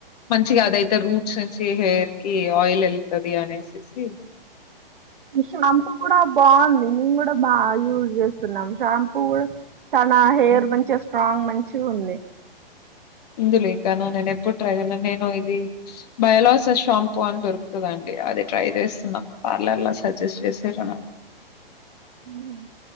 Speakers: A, on the left; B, on the right.
A: మంచిగా అదయితే రూట్స్ నుంచి హెయిర్ కి ఆయిల్ వెళ్తుంది అనేసేసి
B: ఈ షాంపూ కూడా బాగుంది మేము కూడా బాగా యూజ్ చేస్తున్నాం షాంపూ కూడా చాలా హెయిర్
A: హ్మ్.
B: మంచిగా స్ట్రాంగ్ మంచి చిగా ఉంది
A: ఇందు లేకనా నేను ఎప్పుడు ట్రై చేలేను నేను ఇది బయలాజ షాంపు అని దొరుకుతుదండి అది ట్రై చేస్తున్నాం పార్లర్ లో సజెస్ట్ చేసిర్రు
B: ఉ